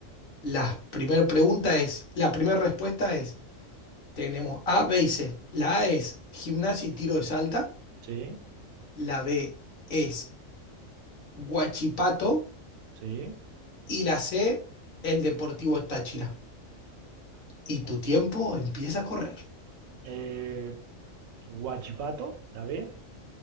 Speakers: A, on the left; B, on the right.
A: La primera pregunta es, la primera respuesta es, tenemos A, B y C. La A es gimnasia y tiro de salta,
B: Sí,
A: la B es Huachipato
B: sí.
A: y la C, el Deportivo Táchira. Y
B: Ok.
A: tu tiempo empieza a correr.
B: Eh, Guachipato, la B.